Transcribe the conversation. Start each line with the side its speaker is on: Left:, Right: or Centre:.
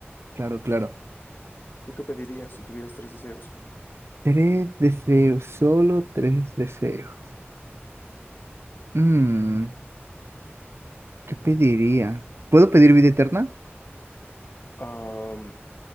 Right: Claro, claro.
Left: ¿Tú qué pedirías si tuvieras tres deseos?
Right: Tres deseos, solo tres deseos. Mm, ¿qué pediría? ¿Puedo pedir vida eterna?
Left: Am,